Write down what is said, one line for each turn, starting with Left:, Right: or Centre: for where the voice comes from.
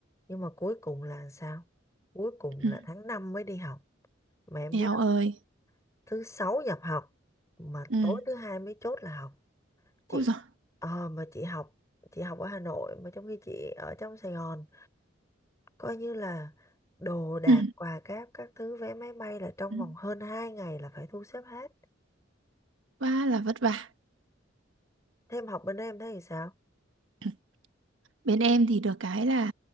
Left: nhưng mà cuối cùng là sao cuối cùng
Right: ừ.
Left: là tháng 5 mới đi học mà em
Right: Eo
Left: biết không?
Right: ơi.
Left: thứ sáu nhập học mà
Right: Ừ.
Left: tối thứ hai mới chốt là học chị
Right: Ôi giời.
Left: ờ, mà chị học chị học ở Hà Nội mà trong khi chị ở trong Sài Gòn coi như là đồ đạc
Right: Ừ.
Left: quà cáp các thứ vé máy bay là trong
Right: ừ.
Left: vòng hơn 2 ngày là phải thu xếp hết
Right: quá là vất vả
Left: thêm học bên đây em thấy thì sao
Right: <clears throat> bên em thì được cái là